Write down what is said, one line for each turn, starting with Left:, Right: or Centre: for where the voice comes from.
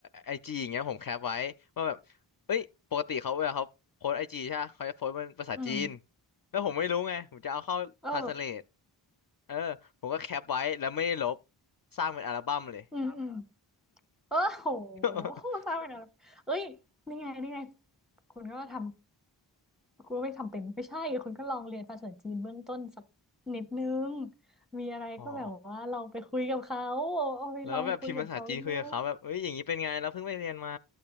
Left: ไอจีอย่างเงี้ยผมแคปไว้ว่าแบบเอ้ยปกติเขาเวลาเขาโพสไอจีใช่ปะเขาจะโพสเป็นภาษาจีน
Centre: อืม
Left: แล้วผมไม่รู้ไงผมจะเอาเข้าทรานสเลท
Centre: เออ
Left: เออผมก็แคปไว้แล้วไม่ได้ลบสร้างเป็นอัลบั้มเลย
Centre: อืมอืม เออโห <laughs>
Left: <laughs>
Centre: สร้างไปนานแล้วเอ้ย นี่ไงนี่ไง คุณก็ทำ คุณก็ไม่ทำเป็นไม่ใช่ คุณก็ลองเรียนภาษาจีนเบื้องต้นสักนิดนึง มีอะไรก็แบบว่าเราไปคุยกับเขา
Left: อ๋อ
Centre: เอาเอาไปลองคุยกับเขาดู
Left: แล้วก็แบบพิมพ์ภาษาจีนคุยกับเขาแบบเอ้ยอย่างนี้เป็นไงเราเพิ่งไปเรียนมา